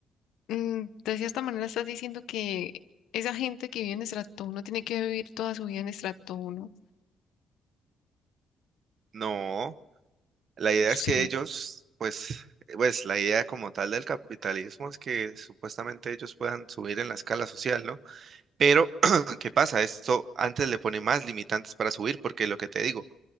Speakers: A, on the left; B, on the right.
A: mm, de cierta manera estás diciendo que esa gente que vive en estrato 1 tiene que vivir toda su vida en estrato 1.
B: No, la idea
A: Sí,
B: es que ellos, pues, eh, pues la idea como tal del capitalismo es que supuestamente ellos puedan subir en la escala social, ¿no? Pero, <clears throat> ¿qué pasa? Esto antes le pone más limitantes para subir, porque lo que te digo,